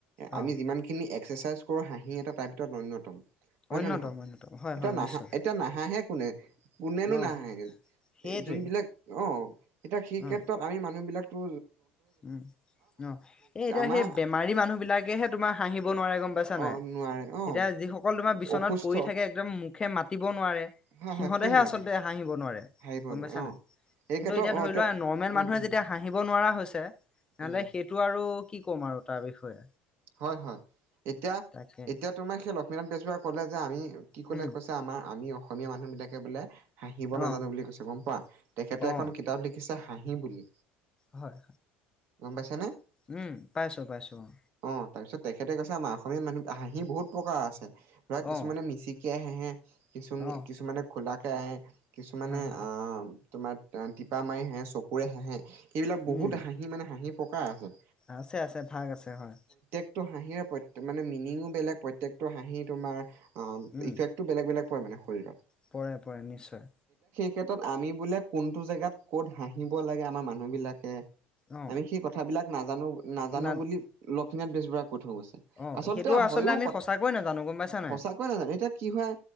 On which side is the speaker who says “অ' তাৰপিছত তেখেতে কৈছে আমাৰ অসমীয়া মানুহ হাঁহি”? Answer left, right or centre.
Right